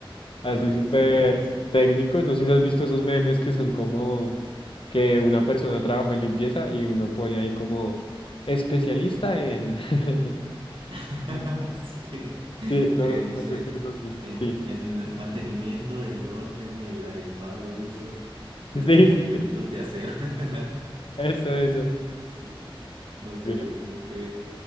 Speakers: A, on the right; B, on the left.
A: Ay,
B: así súper
A: eso es otra cosa.
B: técnico. No sé si has visto esos memes que son como que una persona trabajó en limpieza y uno pone ahí como especialista en... <laughs>
A: <laughs>
B: Sí,
A: Sí.
B: Sí, no,
A: eh, no
B: no
A: sé,
B: sé si los has visto.
A: en,
B: Sí,
A: en el mantenimiento del orden y el adecuado uso
B: <laughs>
A: de
B: sí,
A: los implementos
B: sí, sí.
A: de aseo. <laughs> en la-
B: Eso, eso.
A: Sí, no sé,
B: Gra-
A: como que...